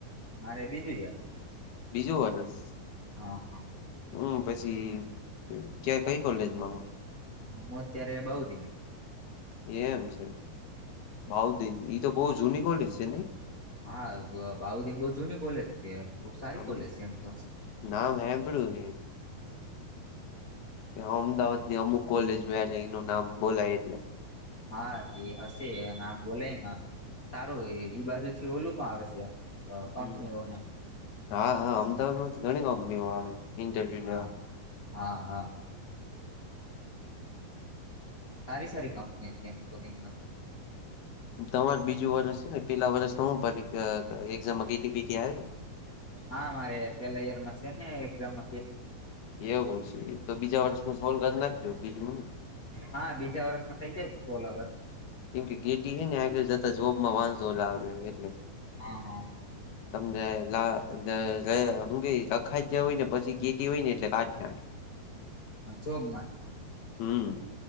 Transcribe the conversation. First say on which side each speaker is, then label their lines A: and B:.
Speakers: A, on the left; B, on the left.
A: મારે બીજું યર્સ.
B: બીજું વર્ષ.
A: હા હા.
B: હમ પછી ક્યાં કઈ કોલેજમાં.
A: હું અત્યારે બઉદિનમાં.
B: એમ છે બઉદિન ઈ તો બહુ જૂની કોલેજ છે નહી.
A: હા બાઉદીન બઉ જૂની કોલેજ છે. બો સારી
B: અમે
A: કોલેજ છે એમ તો.
B: નામ સાંભળ્યું અમદાવાદ ની અમુક કોલેજ હારે એનું નામ બોલાય એટલે.
A: હા તે હશે આમ બોલાય સારું ઈ બાજુ થી ઓલું પણ આવે શે. કંપનીઓની
B: હમ હા હા અમદાવાદમાં તો ઘણી કંપનીઓ આવે ઇન્ટરવ્યુ
A: હા
B: લેવા.
A: હા હા. તારી સારી કંપની છે એમ તો કઈ વાંધો
B: તમાર બીજું વર્ષ છે ને પેલાં વર્ષનો હું પરી એક્ઝામમાં કેટીવિટી આવેલી.
A: હા મારે પેલા યર માં શે ને એકઝામમાં કે
B: એવું છે તો બીજા વર્ષનું સોલ્ કર નાખજો બીજું હું.
A: હા બીજા વર્ષમાં થઇ જાય સોલ હવે.
B: કેમ કે કેટી હેને આગડ જતા જોબમાં વાંધો ન આવે એટલે
A: હા હા.
B: તમને લા ગયા હુ કેય લખાઈ જ હોય ને પછી કેતી હોય ને એટલે કાજ નાખે
A: જોબ
B: હમ.